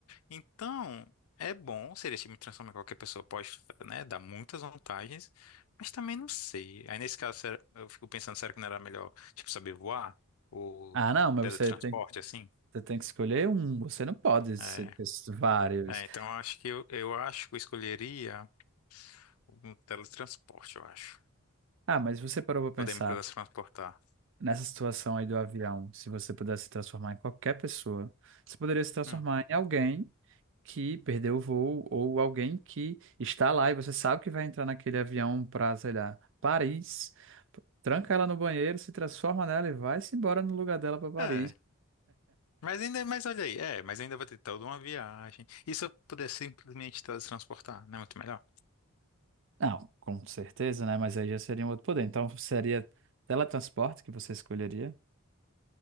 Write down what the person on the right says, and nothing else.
Ah, não, mas
você tem,
você tem que escolher um. Você não pode ser
ter vários.
Ah, mas você parou pra
pensar
nessa situação aí do avião. Se você pudesse se transformar em qualquer pessoa, você poderia se transformar
em alguém que perdeu o voo ou alguém que está lá e você sabe que vai entrar naquele avião para sei lá, Paris. Tranca ela no banheiro, se transforma nela e vai-se embora no lugar dela para Paris.
Não, com certeza, né? Mas aí já seria um outro poder. Então seria teletransporte que você escolheria?